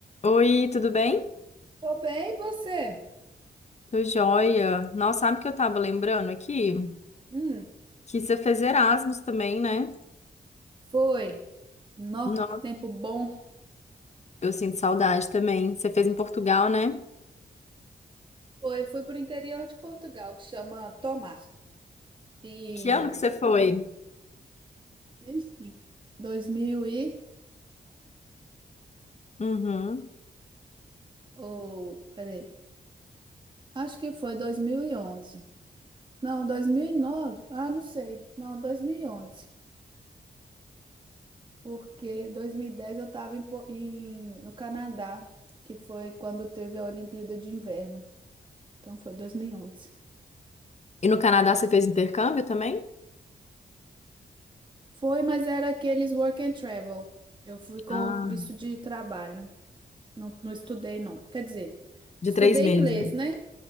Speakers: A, on the left; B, on the right.
A: Oi, tudo bem?
B: Tô bem, e você?
A: Tô joia. Nossa, sabe o que eu tava lembrando aqui?
B: Hum,
A: Que você fez Erasmus também, né?
B: Foi. Nó,
A: Nossa,
B: que tempo bom.
A: eu sinto saudade também. Você fez em Portugal, né?
B: foi, fui pro interior de Portugal, que chama Tomar. E
A: Que ano que você foi?
B: Triste. 2011?
A: Uhum.
B: Ou, peraí. Acho que foi 2011. Não, 2009. Ah, não sei. Não, 2011. Porque 2010 eu estava em, Po- em- no Canadá, que foi quando teve a Olimpíada de Inverno. Então foi 2011.
A: E no Canadá você fez intercâmbio também?
B: Foi, mas era aqueles work and travel. Eu fui com
A: Ah,
B: visto de trabalho. Não, não estudei, não. Quer dizer,
A: de
B: estudei
A: três meses.
B: inglês, né?